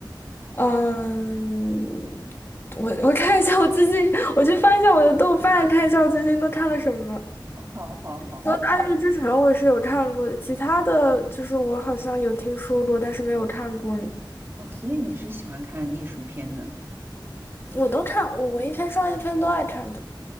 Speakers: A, on the left (about 30°); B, on the right (about 30°).
A: 嗯，我我看一下我最近，我去翻一下我的豆瓣，看一下我最近都看了什么。
B: 哦，好，好，好，
A: 除了《爱乐之城》，我是有看过的，其他的就是我好像有听说过，但是没有看过呢。
B: 哦，所以你是喜欢看艺术片呢？
A: 我都看，我文艺片、商业片都爱看的。